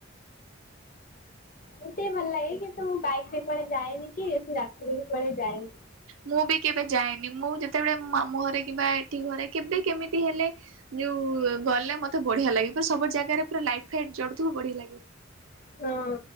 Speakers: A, on the left; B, on the right.
A: ମୋତେ ବି ଭଲ ଲାଗେ। କିନ୍ତୁ ମୁଁ ବାଇକ୍ କୁଆଡ଼େ ଯାଏନି କି ବେଶୀ ରାତିରେ ବି କୁଆଡ଼େ ଯାଏନି।
B: ମୁଁ ବି କେବେ ଯାଏନି। ମୁଁ ଯେତେବେଳେ ମାମୁଁ ଘରେ କିମ୍ବା ଏଠି ଘରେ କେବେ କେମିତି ହେଲେ ଯୋଉ ଗଲେ ମତେ ବଢ଼ିଆ ଲାଗେ। ପୁରା ସବୁ ଜାଗାରେ ପୁରା ଲାଇଟ୍ ଫାଇଟ୍ ଜଳୁଥିବ ବଢ଼ିଆ ଲାଗେ।
A: ହଁ।